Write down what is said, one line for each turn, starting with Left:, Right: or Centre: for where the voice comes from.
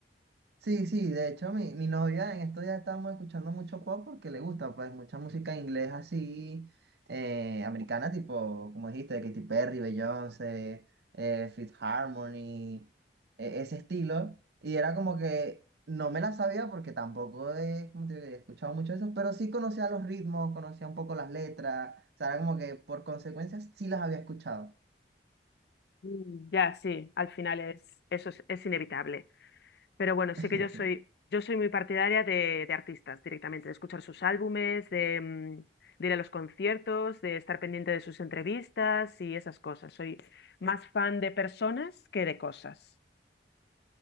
Right: Sí, sí, de hecho mi, mi novia en estos días estábamos escuchando mucho pop porque le gusta pues mucha música inglés así, eh, americana, tipo, como dijiste, Katy Perry, Beyoncé, eh, Fifth Harmony, e- ese estilo. Y era como que no me la sabía porque tampoco he, como te digo, he escuchado mucho eso, pero sí conocía los ritmos, conocía un poco las letras, o sea, era como que por consecuencia sí las había escuchado.
Left: Mm. Ya, sí, al final es, eso es, es inevitable. Pero bueno, sí
Right: <laughs>
Left: que yo soy, yo soy muy partidaria de, de artistas directamente, de escuchar sus álbumes, de, mm, de ir a los conciertos, de estar pendiente de sus entrevistas y esas cosas. Soy más fan de personas que de cosas.